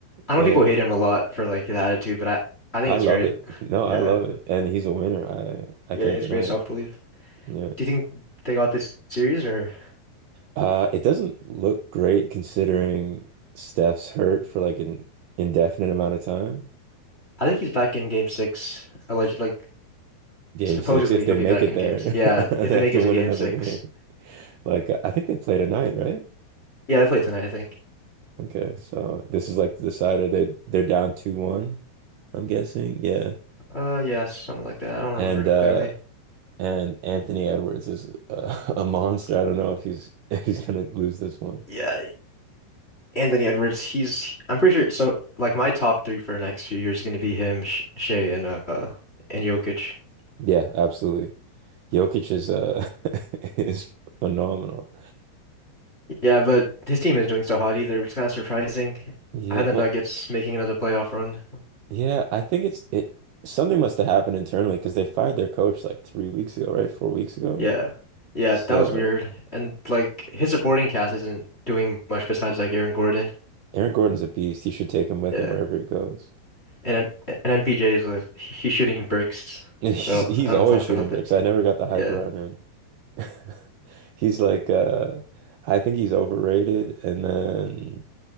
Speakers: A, on the left; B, on the right.
A: I know
B: Yeah,
A: people hate him a lot for like his attitude, but I I think
B: I
A: it's
B: love
A: great.
B: it.
A: <sighs>
B: <laughs> No, I
A: Yeah.
B: love it, and he's a winner. I I
A: Yeah,
B: can't
A: it's
B: deny
A: great self-belief.
B: it. Yeah,
A: Do you think they got this series or
B: uh, it doesn't look great considering Steph's hurt for like an indefinite amount of time.
A: I think he's back in game six. Alleged like
B: Game
A: supposedly
B: six, if
A: he'll
B: they
A: be
B: make
A: back
B: it
A: in games.
B: there, <laughs>
A: Yeah,
B: they
A: if they make
B: have to
A: it to
B: win
A: game
B: another
A: six.
B: game. <laughs> Like I think they play tonight, right?
A: Yeah, they play tonight, I think.
B: Okay, so this is like the decider. They they're down two one. I'm guessing. Yeah.
A: Uh yeah, something like that. I don't
B: And
A: remember
B: uh
A: clearly.
B: and Anthony Edwards is a, <laughs> a monster. I don't know if he's <laughs> if he's gonna lose this one.
A: Yeah, Anthony Edwards, he's I'm pretty sure so like my top three for the next few years is gonna be him, Sh Shea and uh and Jokic.
B: Yeah, absolutely. Jokic is uh <laughs> is phenomenal.
A: Yeah, but his team is doing so hot either, which is kind of surprising.
B: Yeah,
A: I had the
B: well,
A: Nuggets making another playoff run.
B: yeah, I think it's it something must have happened internally because they fired their coach like three weeks ago, right? Four weeks ago.
A: Yeah. Yeah,
B: So
A: that was weird. And like his supporting cast isn't doing much besides like Aaron Gordon.
B: Aaron Gordon's a beast. He should take him with
A: Yeah.
B: him wherever he goes.
A: And M and MPJ is like he- he's shooting bricks.
B: <laughs> He's,
A: So
B: he's
A: I don't
B: always
A: know talk
B: shooting
A: about that.
B: bricks. I never got the hype
A: Yeah.
B: around him. <laughs> He's like uh I think he's overrated and then